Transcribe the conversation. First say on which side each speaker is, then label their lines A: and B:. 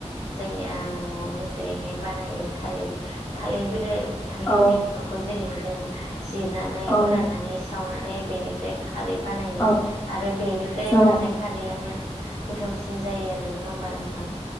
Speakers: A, on the left; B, on the left.
A: जोंनिया न'आवनो जेरैहाय बानायो थालिर थालिर ब्रे थालिरनि
B: औ
A: बिफांखौ जेरैहाय जोङो जिरनानै
B: औ
A: फोराननानै सावनानै बेनिफ्राय खारै बानायो
B: औ
A: आरो बेनिफ्राय
B: औ
A: ओंखारनाय खारैआहाय गोथावसिन जायो आरो। नङा होमबा नोंथां?